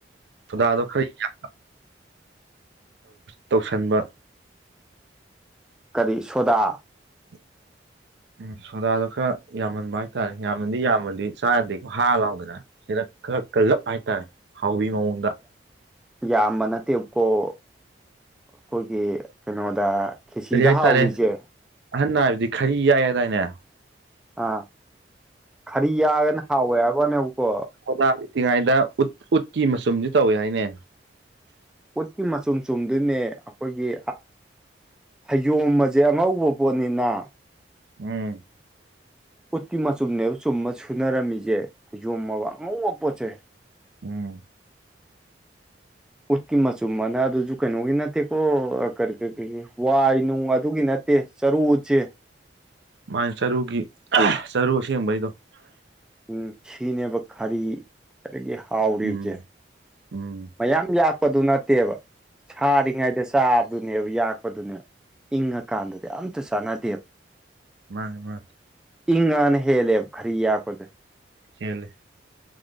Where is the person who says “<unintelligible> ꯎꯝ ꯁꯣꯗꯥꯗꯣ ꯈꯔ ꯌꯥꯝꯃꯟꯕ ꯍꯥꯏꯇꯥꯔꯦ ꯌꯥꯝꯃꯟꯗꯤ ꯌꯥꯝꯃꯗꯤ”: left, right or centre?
Right